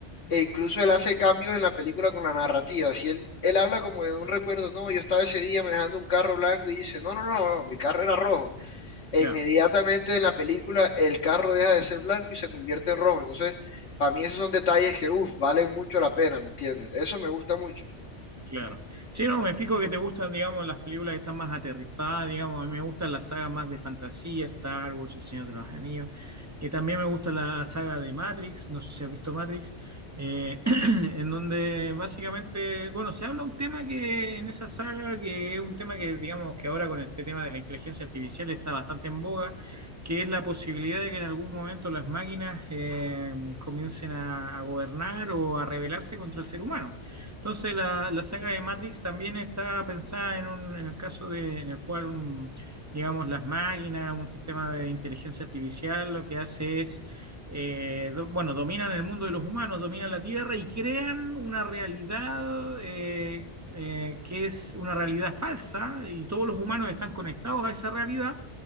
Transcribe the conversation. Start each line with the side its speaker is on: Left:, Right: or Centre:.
Left: e incluso él hace cambios en la película con la narrativa, si él, él habla como de un recuerdo, no, yo estaba ese día manejando un carro blanco y dice, no, no, no, no, mi carro era rojo e
Right: ya.
Left: inmediatamente en la película el carro deja de ser blanco y se convierte en rojo. Entonces, para mí esos son detalles que, uff, valen mucho la pena, ¿me entiendes? Eso me gusta mucho.
Right: Claro. Sí, no, me fijo que te gustan, digamos, las películas que están más aterrizadas, digamos, a mí me gustan las sagas más de fantasía, Star Wars, El Señor de los Anillos, y también me gusta la saga de Matrix, no sé si has visto Matrix, eh, <clears throat> en donde básicamente, bueno, se habla un tema que en esa saga, que es un tema que, digamos, que ahora con este tema de la inteligencia artificial está bastante en boga, que es la posibilidad de que en algún momento las máquinas eh, comiencen a a gobernar o a rebelarse contra el ser humano. Entonces, la, la saga de Matrix también está pensada en, un, en el caso de, en el cual, un- digamos, las máquinas, un sistema de inteligencia artificial, lo que hace es, eh, do- bueno, dominan el mundo de los humanos, dominan la Tierra y crean una realidad eh, eh, que es una realidad falsa y todos los humanos están conectados a esa realidad